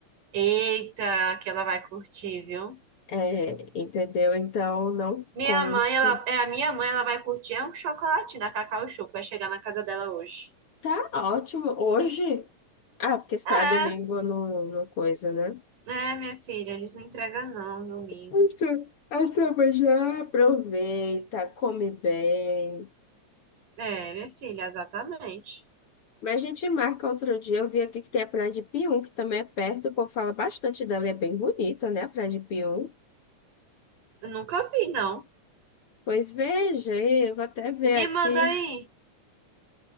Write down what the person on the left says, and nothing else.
É, entendeu? Então, não
conte.
Tá ótimo. Hoje? Ah, porque sai
domingo no, no coisa, né?
Então, então, mas já aproveita, come bem.
Mas a gente marca outro dia. Eu vi aqui que tem a Praia de Pium, que também é perto. O povo fala bastante dela, é bem bonita, né? A Praia de Pium.
Pois veja, aí, eu vou até ver
aqui.